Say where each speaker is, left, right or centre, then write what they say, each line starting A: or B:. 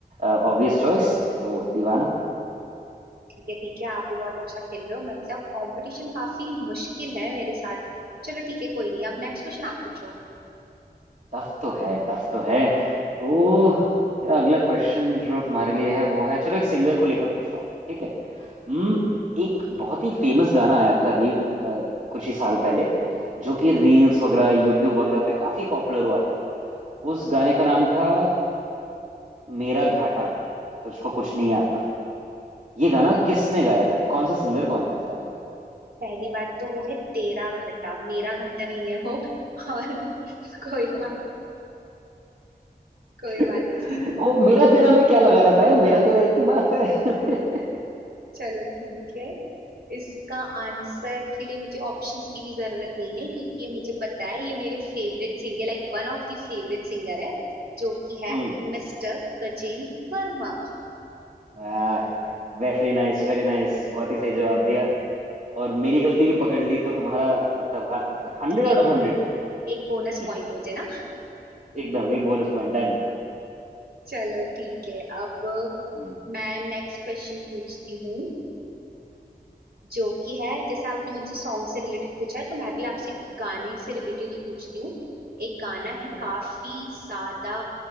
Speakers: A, on the right; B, on the right.
A: obvious choice तो दीवाना
B: ठीक है ठीक है आप भी बहुत अच्छा खेल रहे हो मतलब कंपटीशन काफी मुश्किल है मेरे साथ चलो ठीक है कोई नहीं अब नेक्स्ट क्वेश्चन आप पूछो
A: टफ तो है टफ तो है तो मेरा अगला क्वेश्चन जो तुम्हारे लिए है वो है चलो एक सिंगर को लेकर पूछता हूँ ठीक है हम्म एक बहुत ही फेमस गाना आया था अभी अ, कुछ ही साल पहले जो कि रील्स वगैरह यूट्यूब वगैरह पे काफी पॉपुलर हुआ था उस गाने का नाम था मेरा घाटा तुझको कुछ नहीं आता ये गाना किसने गाया था कौन सा सिंगर कौन था इस गाने का
B: पहली बात तो वो है तेरा घाटा मेरा घाटा नहीं है वो और कोई बात कोई
A: <laughs>
B: बात नहीं
A: वो मेरा तेरा में क्या लगा रहा था यार मेरा तेरा एक ही बात है <laughs>
B: चलो ठीक है इसका आंसर के लिए मुझे ऑप्शंस की भी जरूरत नहीं है क्योंकि ये मुझे पता है ये मेरे favourite singer like one of the favourite singer है जो कि है
A: हम्म
B: मिस्टर गजेंद्र वर्मा
A: वाह वेरी नाइस वेरी नाइस बहुत ही सही जवाब दिया और मेरी गलती भी पकड़ ली तो तुम्हारा मतलब हंड्रेड
B: एक
A: आउट ऑफ हंड्रेड
B: एक बोनस
A: <laughs>
B: पॉइंट मुझे ना
A: एकदम एक bonus point done
B: चलो ठीक है अब
A: Hmm
B: मैं नेक्स्ट क्वेश्चन पूछती हूँ जो कि है जैसे आपने मुझसे सॉन्ग से रिलेटेड पूछा है तो मैं भी आपसे गाने से रिलेटेड ही पूछती हूँ एक गाना
A: Okay
B: है
A: <laughs>
B: काफी ज्यादा